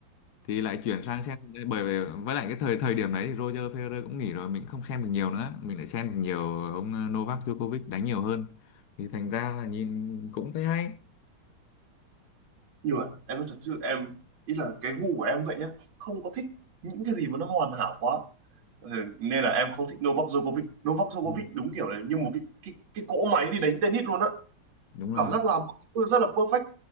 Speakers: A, on the left (about 65°); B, on the right (about 85°).
A: thì lại chuyển sang xem bởi vì với lại cái thời thời điểm đấy thì Roger Federer cũng nghỉ rồi mình không xem được nhiều nữa mình lại xem được nhiều ông ờ, Novak Djokovic đánh nhiều hơn thì thành ra là nhìn cũng thấy hay
B: nhưng mà em nói thật chứ em ý là cái gu của em vậy nhá không có thích những cái gì mà nó hoàn hảo quá Ừ, nên là em không thích Novak Djokovic Novak Djokovic
A: Ừ,
B: đúng kiểu là như một cái cái cái cỗ máy đi đánh tennis luôn á
A: đúng rồi
B: cảm giác làm mọi thứ rất là perfect